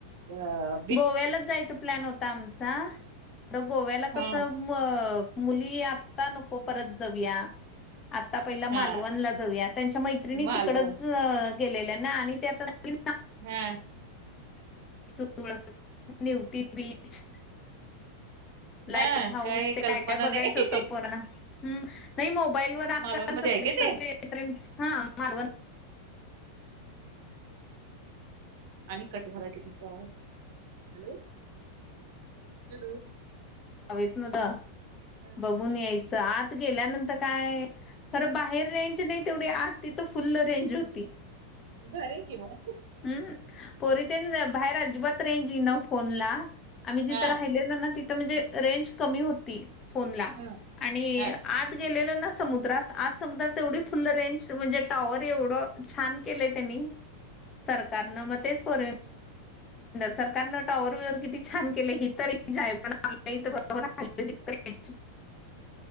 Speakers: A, on the right; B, on the left.
A: अं
B: गोव्यांलाचं जायचं प्लॅन होतां आमचां बरं गोव्यांला कसं
A: हा
B: मं मुली आंत्ता नको परंत जाऊंया आंता पहिला मालवणंला
A: हा
B: जाऊंया, त्यांच्या मैत्रिणी
A: मालवण
B: तिकडचं गेलेल्या नां, आणि त्यां तरं
A: हम्मं
B: चुळं निवती बीचं, लाईट
A: हा
B: हऊस,
A: काय
B: ते
A: कल्पना
B: कायं कायं बघायचं
A: नाही
B: होतं पूर्ण, नाहीं मोबाईलवरं आंजकांल
A: मालवण मध्ये आहे काय ते
B: हां मालवंन
A: आणि कंट झालां की तुमचां आवांज,, हॅलो. हॅलो
B: हवे येतो नां द
A: ह
B: बघूंन
A: ह
B: यायचं आंत गेल्यानंतर कायं खरं बाहेर रेंज नाहीं तेवढी आंत तिथं फुल्ल रेंज होती
A: भरे केव्हांही
B: हम्मं, पोरी ते बाहेर अजिबांत रेंज येई नां फोनला. आम्हीं जिथं
A: हा
B: राहिलेलो नां तिथं म्हणजे रेंज कमी होती फोनला,
A: ह
B: आणि
A: हा
B: आंत गेलो नां समुद्रांत, आंत समुद्रांत तेवढी फुलं झाडांला रेंज म्हणजे टॉवर एवढं, छान केलंय त्यांनी, सरकारनं मं तेचं पोरं सरकारनं टॉवर वरं हे किती छान केले, हि तर आहे पणलाथरोर नाहीं.